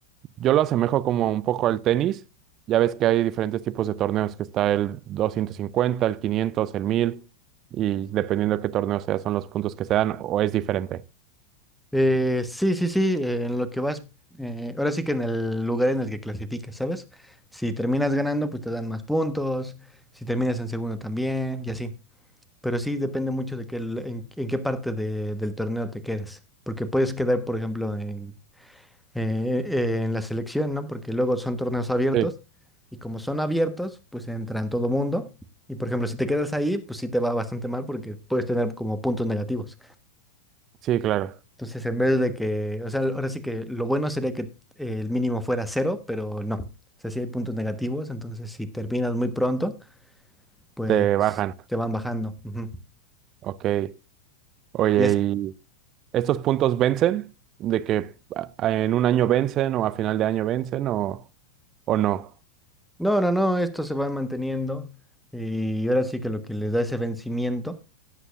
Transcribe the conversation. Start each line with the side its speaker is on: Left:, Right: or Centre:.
Right: Yo lo asemejo como un poco al tenis. Ya ves que hay diferentes tipos de torneos, que está el doscientos cincuenta el quinientos el mil y dependiendo de qué torneo sea, son los puntos que se dan o es diferente.
Centre: eh, sí, sí, sí, eh, en lo que vas, eh, ahora sí que en el lugar en el que clasificas, ¿sabes? Si terminas ganando, pues te dan más puntos, si terminas en segundo también, y así. Pero sí depende mucho de qué, l- en, en qué parte de- del torneo te quedes. Porque puedes quedar, por ejemplo, en, eh, eh, en la selección, ¿no? Porque luego son torneos abiertos.
Right: Sí.
Centre: Y como son abiertos, pues entran todo mundo. Y por ejemplo, si te quedas ahí, pues sí te va bastante mal porque puedes tener como puntos negativos.
Right: Sí, claro,
Centre: Entonces, en vez de que, o sea, ahora sí que lo bueno sería que eh, el mínimo fuera cero, pero no. O sea, sí hay puntos negativos. Entonces, si terminas muy pronto, pues
Right: te bajan.
Centre: te van bajando. Ujú.
Right: Ok. Oye,
Centre: Y es
Right: ¿y estos puntos vencen? ¿De que a- a- en un año vencen o a final de año vencen o, o no?
Centre: No, no, no, estos se van manteniendo y ahora sí que lo que les da ese vencimiento,